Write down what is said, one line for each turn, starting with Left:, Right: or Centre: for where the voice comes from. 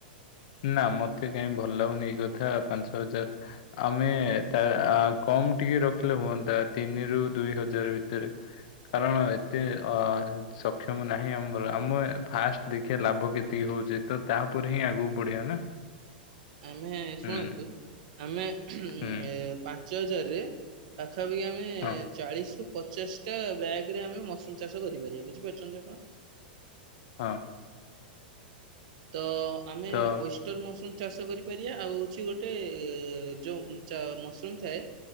Left: ନା ମତେ କାହିଁ ଭଲ ଲାଗନି ଏଇ କଥା। ପାଞ୍ଚ ହଜାର ଆମେ ତା କଣ କମ ଟିକେ ରଖିଲେ ହୁଅନ୍ତା ତିନିରୁ ଦୁଇ ହଜାର ଭିତରେ। କାରଣ ଏତେ ଅ ସକ୍ଷମ ନାହିଁ ଆମର ଆମ ଫାଷ୍ଟ ଦେଖିବା ଲାଭ କେତିକି ହଉ ଛି ତ ତାପରେ ହିଁ ଆଗକୁ ବଢିବା ନା।
Right: ଆମେ ଶୁଣନ୍ତୁ
Left: ହୁଁ
Right: ଆମେ ଉ
Left: ହୁଁ
Right: ପାଞ୍ଚ ହଜାରରେ ପାଖାପାଖି ଆମେ
Left: ହଁ
Right: ଚାଳିଶି ରୁ ପଚାଶଟା ବ୍ୟାଗ୍ ଏଥିରୁ ଆମେ ମସରୁମ୍ ଚାଷ କରିପାରିବା। ବୁଝିପାରୁଛନ୍ତି ଆପଣ।
Left: ହଁ
Right: ତ ଆମେ
Left: ତ
Right: ଓଷ୍ଟର ମସରୁମ ଚାଷ କରିପାରିବା ଆଉ ଅଛି ଗୋଟେ ଯଉ ମସରୁମ୍ ଥାଏ